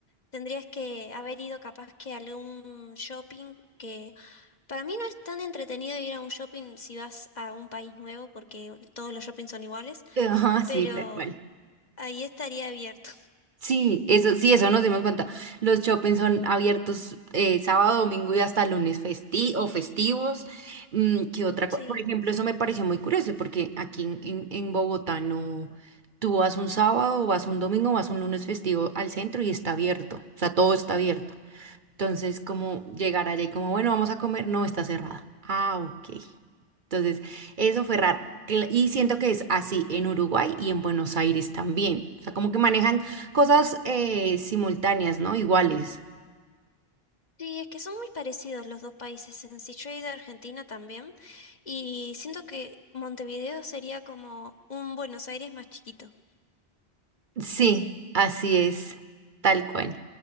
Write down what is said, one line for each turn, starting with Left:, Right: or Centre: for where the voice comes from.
Left: Tendrías que haber ido capaz que a algún shopping que para mí no es tan entretenido ir a un shopping si vas a un país nuevo porque todos los shoppings son iguales,
Right: <laughs> Ajá, sí,
Left: pero
Right: tal cual.
Left: ahí estaría abierto. <laughs>
Right: Sí, eso, sí, eso nos dimos cuenta. Los shoppings son abiertos eh, sábado, domingo y hasta lunes festi o festivos. Mm, ¿qué otra
Left: Sí.
Right: cosa? Por ejemplo, eso me pareció muy curioso porque aquí en, en- en Bogotá no, tú vas un sábado, vas un domingo, vas un lunes festivo al centro y está abierto. O sea, todo está abierto. Entonces, como llegar allá y como, bueno, vamos a comer, no está cerrada. Ah, ok. Entonces, eso fue raro. Cl- Y siento que es así en Uruguay y en Buenos Aires también. O sea, como que manejan cosas eh, simultáneas, ¿no? Iguales.
Left: Sí, es que son muy parecidos los dos países en sí. Yo he ido a Argentina también y siento que Montevideo sería como un Buenos Aires más chiquito.
Right: Sí, así es, tal cual.